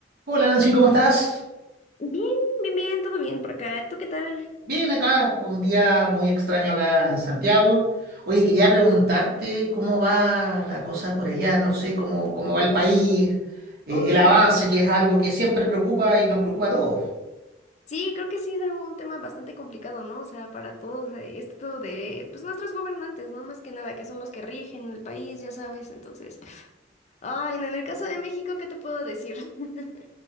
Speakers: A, on the right (about 55°); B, on the left (about 40°).
A: Hola Nancy, ¿cómo estás?
B: Bien, bien, bien, todo bien por acá. ¿Tú qué tal?
A: Bien acá, un día muy extraño acá en Santiago. Oye, quería preguntarte cómo va la cosa por allá, no sé, cómo, cómo va el país, eh,
B: Ay,
A: el avance, que es algo que siempre preocupa y nos preocupa a todos.
B: sí, creo que sí es algo un tema bastante complicado, ¿no? O sea, para todos, eh, esto de, pues nuestros gobernantes, ¿no? Más que nada, que son los que rigen el país, ya sabes. Entonces, Ay, no, en el caso de México, ¿qué te puedo decir? <laughs>